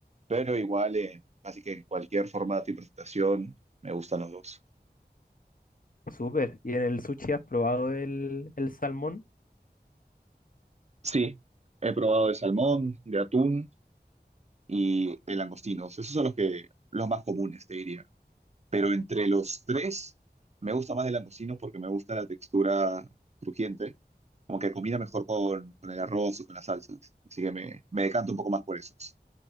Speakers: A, on the right (about 40°); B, on the left (about 55°).
A: pero igual en, casi que en cualquier formato y presentación me gustan los dos.
B: Súper. ¿Y en el sushi has probado el, el salmón?
A: Sí, he probado de salmón, de atún y de langostinos. Esos son los que los más comunes, te diría. Pero entre los tres, me gusta más el langostino porque me gusta la textura crujiente, como que combina mejor con, con el arroz o con las salsas. Así que me, me decanto un poco más por esos.